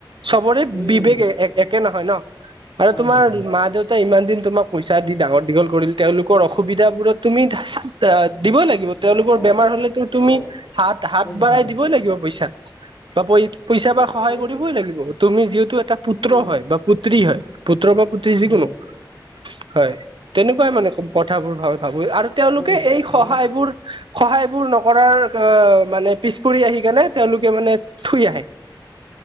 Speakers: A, on the right; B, on the left.
A: চবৰে
B: উম
A: বিবেক এ একে নহয় ন আৰু
B: হয়
A: তোমাৰ
B: হয় হয়।
A: মা -দেউতা ইমান দিন তোমাক পইচা দি ডাঙৰ- দীঘল কৰিল তেওঁলোকৰ অসুবিধা বোৰত তুমি দিবই লাগিব। তেওঁলোকৰ
B: অ
A: বেমাৰ
B: তে
A: হ'লেতো তুমি
B: অ
A: হাত হাত
B: হয় হয়
A: বঢ়াই
B: হয়
A: দিব দিবই লাগিব পইচা, বা পইছা সহায়
B: মানে
A: কৰিবই
B: কে
A: লাগিব তুমি যিহেতু এটা পুত্ৰ
B: উম
A: হয়, বা পুত্ৰী হয়, পুত্ৰ বা পুত্ৰী যিকোনো
B: হয় হয়
A: হয়।
B: তেতিয়া
A: তেনেকুৱাই
B: তোমাক
A: মানে কথাবোৰ ভ ভাবো আৰু তেওঁলোকে
B: হয় হয়
A: এই সহায়
B: যদি
A: বোৰ সহায় বোৰ নকৰাৰ অ মানে পিছ পৰি আহি কিনে তেওঁলোকে মানে থৈ আহে।